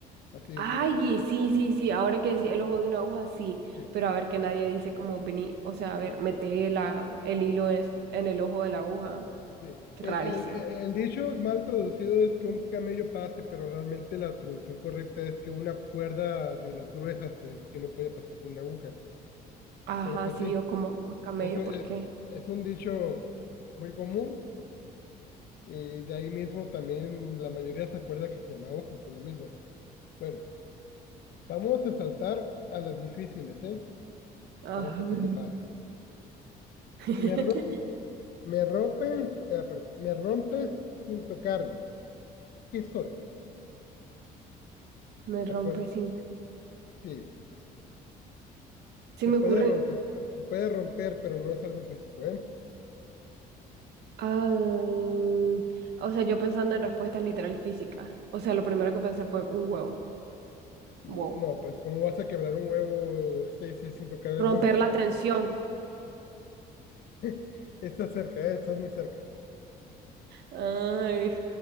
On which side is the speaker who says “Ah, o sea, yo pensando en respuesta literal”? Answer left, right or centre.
Right